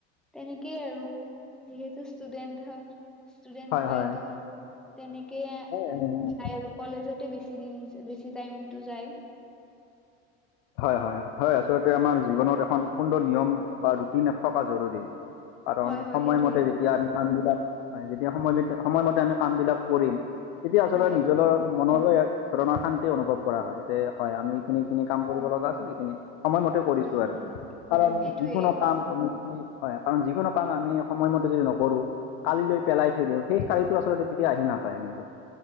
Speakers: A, in the centre; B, on the left.
A: তেনেকেই আৰু যিহেতু ষ্টুডেন্ট হয়, ষ্টুডেন্ট
B: হয় হয়
A: হয়তো
B: হয়
A: তেনেকে যায়
B: হয় হয়
A: আৰু কলেজতে বেছি দিন বেছি টাইমটো যায়।
B: হয়, হয়, হয়, আচলতে আমাৰ জীৱনত এখন সুন্দৰ নিয়ম বা ৰুটিন থকা জৰুৰী। কাৰণ
A: হয় হয়
B: সময়মতে
A: সেইটোয়ে
B: যেতিয়া আমি কাম বিলাক যেতিয়া সময় সময়মতে আমি কাম বিলাক কৰিম। তেতিয়া আচলতে
A: হয়
B: নিজৰ মনলৈ এক ধৰণৰ শান্তি অনুভৱ কৰা হয়, যে হয়, আমি এইখিনি যিখিনি কাম কৰিব লগা আছিল সেইখিনি সময়মতে কৰিছো
A: উম
B: আৰু
A: উম
B: কাৰণ
A: সেইটোয়ে
B: যিকোনো কাম আমি যি হয়, কাৰণ যিকোনো কাম আমি সময়মতে যদি নকৰো। কালি লৈ পেলাই থৈ দিওঁ সেই কালিটো আচলতে কেতিয়াও আহি নাপায় কিন্তু।